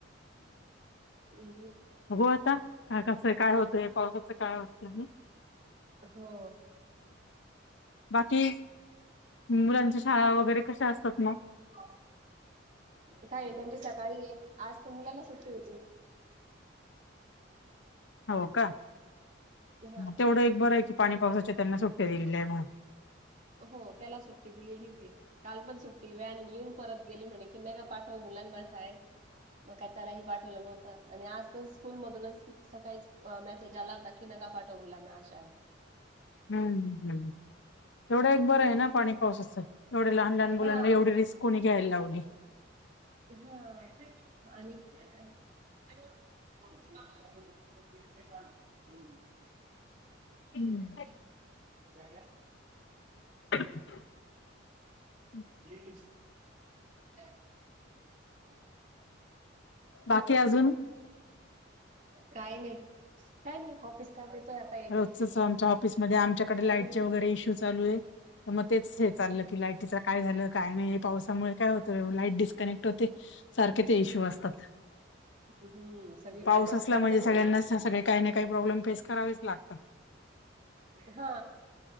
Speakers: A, on the right; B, on the left.
A: हम्.
B: बघू आता का कसं काय होतंय पावसाचं काय होत
A: हो.
B: बाकी, मुलांच्या शाळा वगैरे कशा असतात मग?
A: काय नाही त्यांची सकाळी हे आज तर मुलाला सुट्टी होती.
B: हो का
A: हां, हां.
B: तेवढं एक बरं आहे की पाणी पावसाच्या त्यांना सुट्ट्या दिलेल्या आहे म्हणून,
A: हो त्याला सुट्टी दिलेली होती काल पण सुट्टी व्हॅन येऊन परत गेली म्हणे की नका पाठवू मुलांना शाळेत, मग काय त्यालाही पाठवलं नव्हतं आणि आज पण स्कूल मधूनच सकाळीच मेसेज आला होता की नका पाठवू मुलांना आज शाळेत.
B: हम् तेवढं एक बरं आहे ना पाणी पावसाचं एवढे लहान लहान मुलांना
A: हां.
B: एवढी रिस्क कोणी घ्यायला लावली.
A: हा आणि <unintelligible> <unintelligible>
B: हम्म अ <inaudible>
A: <unintelligible> <inaudible>
B: बाकी अजून
A: काही नाही. काही नाही ऑफिस स्टाफ येतोय आता एक
B: रोजच
A: एक एक एक
B: आमच्या ऑफिसमध्ये आमच्याकडे
A: हा
B: लाईटचे वगैरे इशू चालू आहे. मग तेच हे चाललं की, लाईटीच काय झालं काय नाही पावसामुळे काय होतं लाईट डिस्कनेक्ट होते. सारखे ते इशू असतात.
A: हम्म सगळीकडे
B: पाऊस
A: तोच
B: असला
A: प्रॉब्लेम
B: म्हणजे सगळ्यांना सगळे काही ना काही प्रॉब्लेम फेस करावेच लागतात.
A: हा